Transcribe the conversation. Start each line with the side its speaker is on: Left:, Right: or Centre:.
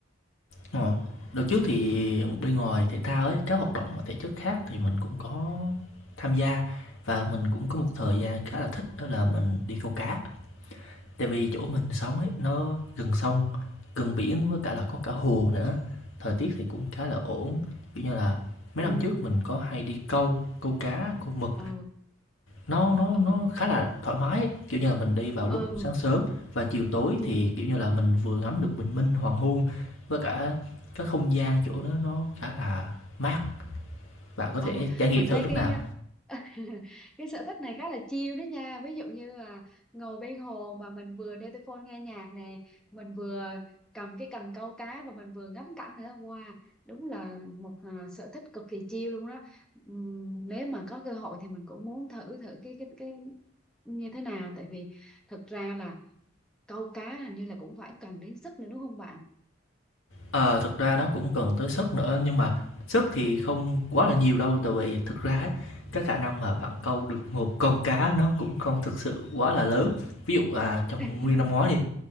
Left: Ờ, đợt trước thì bên ngoài thể thao ấy, các hoạt động mà thể chất khác thì mình cũng có tham gia và mình cũng có một thời gian khá là thích đó là mình đi câu cá. Tại vì chỗ mình sống ấy nó gần sông, gần biển với cả là có cả hồ nữa. Thời tiết thì cũng khá là ổn. Kiểu như là mấy
Centre: ừ
Left: năm trước mình có hay đi câu, câu cá, câu mực
Centre: ừ
Left: nó nó
Centre: ừ
Left: nó khá là thoải mái kiểu như là mình đi vào lúc
Centre: ừ
Left: sáng sớm và chiều tối
Centre: ừ
Left: thì, kiểu như là, mình vừa ngắm được bình minh, hoàng hôn với cả cái không gian chỗ nó nó khá là mát, bạn có thể
Centre: ừ
Left: trải nghiệm
Centre: mình
Left: thử
Centre: thấy
Left: lúc
Centre: cái
Left: nào.
Centre: <laughs> cái sở thích này khá là chill đó nha ví dụ như là ngồi bên hồ mà mình vừa đeo tai phone nghe nhạc nè mình vừa cầm cái cần câu cá và mình vừa ngắm cảnh nữa wow đúng là một à, sở thích cực kỳ chill luôn đó Ừm, nếu mà có cơ hội thì mình cũng muốn thử thử cái cái cái như thế nào tại vì thực ra là câu cá hình như là cũng phải cần đến sức nữa đúng không bạn
Left: Ờ, thực ra nó cũng cần tới sức nữa nhưng mà sức thì không quá là nhiều đâu, tại vì thực ra ấy, cái khả năng mà bạn câu được một con cá nó cũng không thực sự quá là lớn. Ví dụ, à, trong
Centre: <laughs>
Left: nguyên năm ngoái đi,